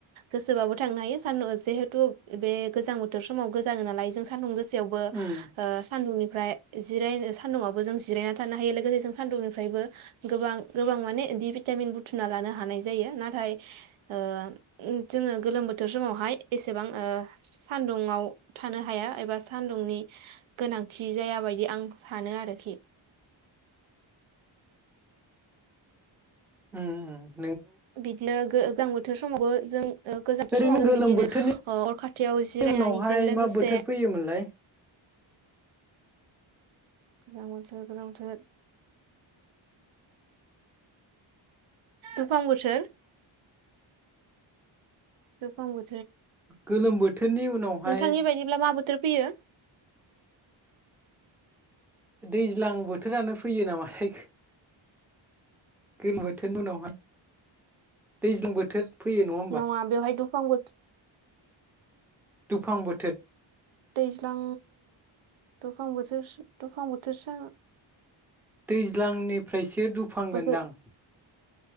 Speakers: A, on the right; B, in the centre.
A: गोसोबाबो थांनो हायो सान जिहेथु बे गोजां बोथोर समाव जागोन नालाय जों सान्दुं गोसा यावबो
B: उम
A: सान्दुंनिफ्राय जिरायनो सान्दुुङावबो जों जिरायना थानो हायो लोगोसे जों सान्दुंनिफ्रायबो गोबां गोबां माने दि भिटामिन बुथुना लानो हानाय जायो नाथाय ओ जोङो गोलोम बोथोर समावहाय एसेबां ओ सान्दुुङाव थानो हाया एबा सान्दुंनि गोनांथि जाया बायदि आं सानो आरोखि।
B: ओम ओम।
A: बिदिनो गोजां बोथोर समावबो जों गोजाङो
B: ओरैनो
A: समाव जों
B: गोलोम
A: बिदिनो
B: बोथोरनि
A: अर खाथियाव जिरायनानै
B: उनावहाय
A: जों लोगोसे
B: मा बोथोर फैयोमोनलाय
A: गोजां बोथोर गोजां बोथोर दुफां बोथोर दुफां बो
B: गोलोम बोथोरनि उनावहाय
A: नोंथांनि बायदिब्ला मा बोथोर फैयो?
B: दैज्लां बोथोरानो फैयो नामाथाय, गोलोम बोथोरनि उनावहाय दैज्लां बोथोर फैयो होमबा
A: नङा बेवहाय दुफां बोथोर
B: दुफां बोथोर
A: दैज्लां दुफां बोथोर स दुफां बोथोरसो
B: दैज्लांनिफ्रायसो दुफां
A: बोथोर
B: गोनदां?